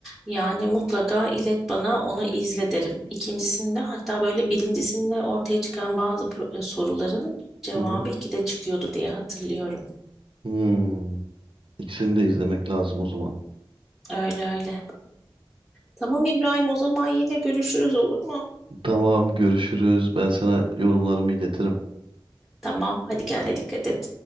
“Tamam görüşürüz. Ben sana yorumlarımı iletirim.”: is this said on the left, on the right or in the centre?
Right